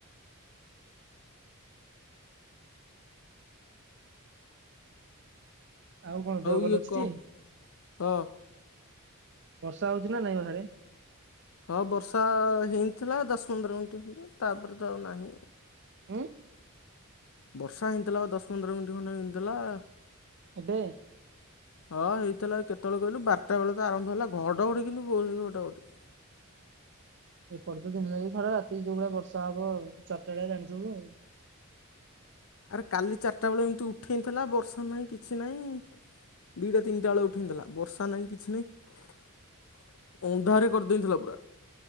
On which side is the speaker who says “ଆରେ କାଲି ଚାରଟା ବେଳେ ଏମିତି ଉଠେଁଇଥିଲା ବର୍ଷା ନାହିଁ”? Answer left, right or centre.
Left